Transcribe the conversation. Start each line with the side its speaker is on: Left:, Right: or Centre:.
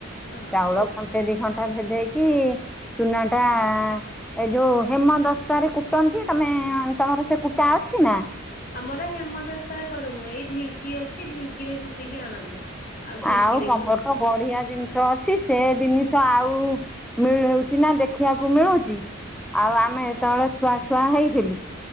Left: ହଁ।
Centre: ଚାଉଳ ଘ ଗୋଟେ ଦି ଘଣ୍ଟା ଭେଦେଇକି ଚୁନା ଟା ଏ ଯୋଉ ହେମ ଦସ୍ତାରେ କୁଟନ୍ତି ତମେ ତମର ସେ କୁଟା ଅଛି ନା
Left: ଆମର ହେମଦଶରେ କରୁନୁ ଏଇ ଢିଙ୍କି ଅଛି ଢିଙ୍କିରେ ଗୁଟିକି ଆଣନ୍ତି ଢିଙ୍କିରେ
Centre: ଆଉ ତମର
Left: କୁଟି
Centre: ତ ବଢିଆ ଜିନିଷ ଅଛି ସେ ଜିନିଷ ଆଉ ମିଳଉଛି ନା ଦେଖିବାକୁ ମିଳୁଛି ଆଉ ଆମେ ତଳେ ଛୁଆଛୁଆ ହେଇଥିଲୁ